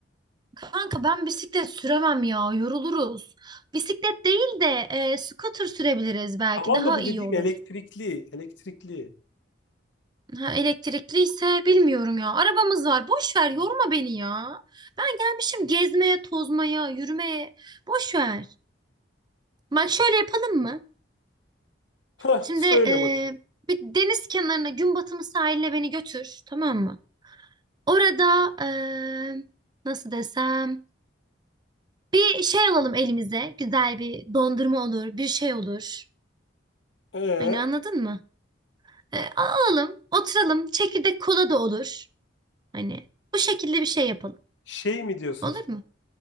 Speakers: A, on the right; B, on the left.
A: kanka ben bisiklet süremem ya, yoruluruz. Bisiklet değil de e, scooter sürebiliriz belki,
B: Tamam
A: daha
B: da bu
A: iyi
B: dediğim
A: olur.
B: elektrikli, elektrikli.
A: Ha, elektrikli ise bilmiyorum ya. Arabamız var, boş ver, yorma beni ya. Ben gelmişim gezmeye, tozmaya, yürümeye, boş ver. Bak şöyle yapalım mı?
B: Hah,
A: Şimdi
B: söyle
A: e,
B: bakayım.
A: bir deniz kenarına, gün batımı sahiline beni götür, tamam mı? Orada e, nasıl desem? Bir şey alalım elimize. Güzel bir dondurma olur, bir şey olur.
B: Ee,
A: Hani anladın mı? E, alalım, oturalım. Çekirdek kola da olur. Hani bu şekilde bir şey yapalım.
B: şey mi diyorsun
A: Olur
B: sen?
A: mu?